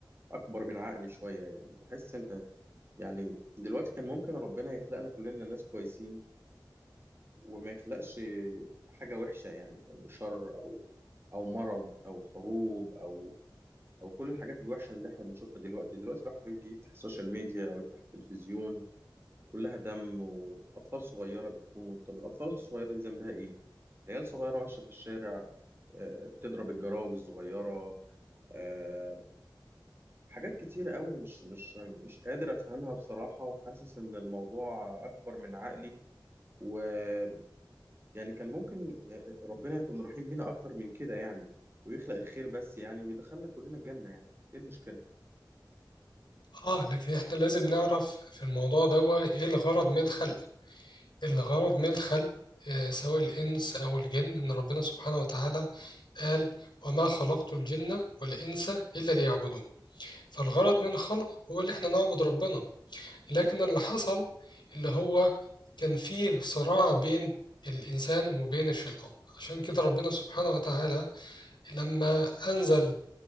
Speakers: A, on the right; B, on the left.
A: أكبر من عقلي شوية يعني بحس إن يعني دلوقتي كان ممكن ربنا يخلقنا كلنا ناس كويسين وما يخلقش حاجة وحشة يعني أو شر أو أو مرض أو حروب أو أو كل الحاجات الوحشة اللي إحنا بنشوفها دلوقتي دلوقتي الواحد بيجي يفتح السوشيال ميديا أو يفتح التلفزيون كلها دم وأطفال صغيرة بتموت طب الأطفال الصغيرة دي ذنبها إيه؟ عيال صغيرة ماشية في الشارع آه، بتضرب الجراوي الصغيرة آه، حاجات كتير قوي مش مش مش قادر أفهمها بصراحة وحاسس إن الموضوع أكبر من عقلي ويعني كان ممكن آه، آه، ربنا يكون رحيم بينا أكتر من كده يعني ويخلق الخير بس يعني ويدخلنا كلنا الجنة يعني إيه المشكلة؟
B: اه لكن احنا لازم نعرف في الموضوع ده ايه الغرض من الخلق الغرض من الخلق آه، سواء الإنس أو الجن إن ربنا سبحانه وتعالى قال وما خلقت الجن والإنس إلا ليعبدون فالغرض من الخلق هو اللي إحنا نعبد ربنا لكن اللي حصل اللي هو كان فيه صراع بين الإنسان وبين الشيطان عشان كده ربنا سبحانه وتعالى لما أنزل